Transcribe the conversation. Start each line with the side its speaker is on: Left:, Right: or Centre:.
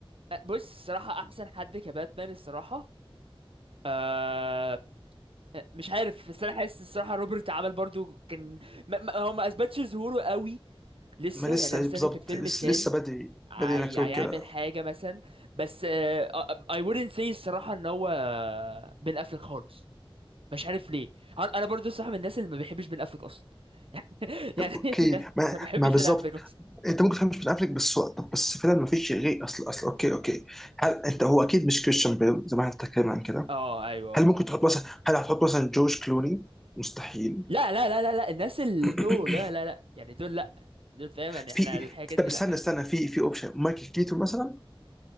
Right: بص الصراحه احسن حد كباتمان الصراحه آه، مش عارف بس انا حاسس الصراحه روبرت عمل برضو كان ما ما- هو ما اثبتش ظهوره قوي لسه
Centre: ما لسه
Right: يعني انا مستني
Centre: بالظبط
Right: في الفيلم
Centre: لسه
Right: التاني
Centre: لسه بدري
Right: هي-
Centre: بدري انك تقول
Right: هيعمل
Centre: كده
Right: حاجه مثلا بس آه، آه، I wouldn't say الصراحه ان هو بن افلك خالص مش عارف ليه انا أنا برضو صح من الناس اللي ما بيحبش بن افلك اصلا <laughs>
Centre: طب
Right: يعني
Centre: اوكي
Right: <laughs>
Centre: ما
Right: ما بحبش
Centre: ما بالظبط
Right: بن افلك اصلا
Centre: انت ممكن تفهم مش بن افلك بس هو- طب بس فعلا ما فيش غير اصل اصل اوكي اوكي هل انت هو اكيد مش كريستيان بيل زي ما احنا بنتكلم عن كده
Right: اه ايوه
Centre: هل ممكن تحط مثلا هل هتحط مثلا جورج كلوني مستحيل
Right: لا لا لا لا لا الناس اللي
Centre: <clears throat>
Right: نو لا لا لا يعني دول لا دول فاهم
Centre: في
Right: يعني احنا الحاجات
Centre: طب
Right: دي
Centre: استنى
Right: لا
Centre: استنى في في اوبشن مايكل كيتون مثلا